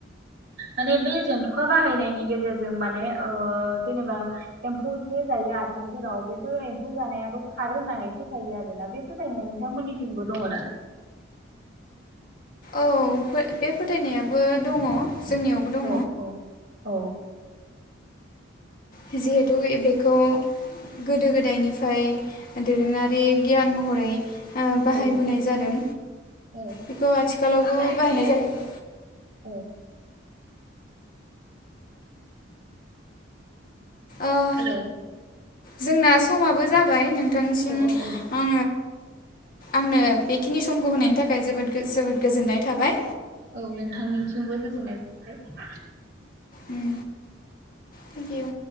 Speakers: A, on the right; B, on the left.
A: माने बे जेनथ'खा बाहायनायनि गेजेरजों माने ओ जेनेबा एम्फौ जे जायो आथिंफोराव बेफोर एम्फौ जानायाबो खारो होननानै फोथायो आरोना बे फोथायनाया नोंथांमोननिथिंबो दङ' दा।
B: औ फो बे फोथायनायाबो दङ'। जोंनियावबो दङ
A: औ औ औ।
B: जिहेथु बे-बेखौ गोदो गोदायनिफ्राय दोरोङारि गियान महरै। ओ बाहायबोनाय
A: औ
B: जादों
A: औ
B: बेखौ आथिखा खालावबो बाहायनाय जायो।
A: औ।
B: ओ
A: हेलौ।
B: जोंना समाबो जाब बाय नोंथांसिम
A: औ औ
B: ओ आंनो बेखिनि समखौ होनायनि थाखाय जोबोद जोबोद गोजोननाय थाबाय।
A: औ नोंथांनिसिमबो गोजोननाय थाबाय।
B: उम थेंक इउ।